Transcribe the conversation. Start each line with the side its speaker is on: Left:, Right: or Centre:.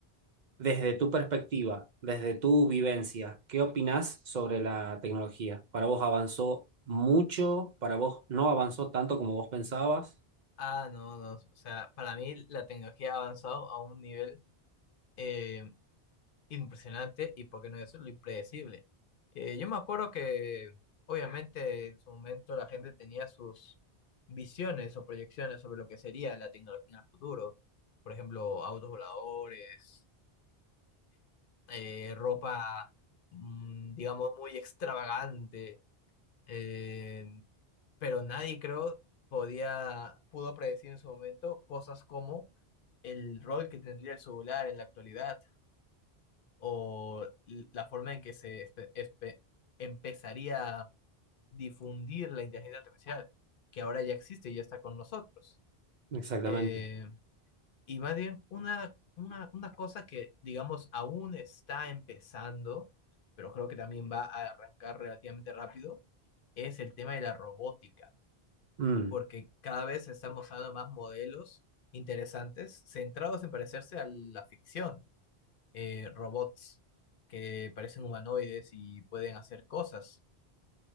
Right: desde tu perspectiva, desde tu vivencia, ¿qué opinás sobre la tecnología? ¿Para vos avanzó mucho? ¿Para vos no avanzó tanto como vos pensabas?
Left: Ah, no, no, o sea, para mí la tecnología ha avanzado a un nivel eh, impresionante y, por qué no decirlo, impredecible. Eh, yo me acuerdo que, obviamente, en su momento la gente tenía sus visiones o proyecciones sobre lo que sería la tecnología en el futuro. Por ejemplo, autos voladores, eh, ropa, mm, digamos, muy extravagante, eh, pero nadie creo podía, pudo predecir en su momento cosas como el rol que tendría el celular en la actualidad o l- la forma en que se espe- espe- empezaría a difundir la inteligencia artificial, que ahora ya existe y ya está con nosotros.
Right: Exactamente.
Left: Eh, Y más bien, una, una, una cosa que, digamos, aún está empezando, pero creo que también va a arrancar relativamente rápido, es el tema de la robótica,
Right: Mm.
Left: porque cada vez se están mostrando más modelos interesantes centrados en parecerse a la ficción, eh, robots que parecen humanoides y pueden hacer cosas,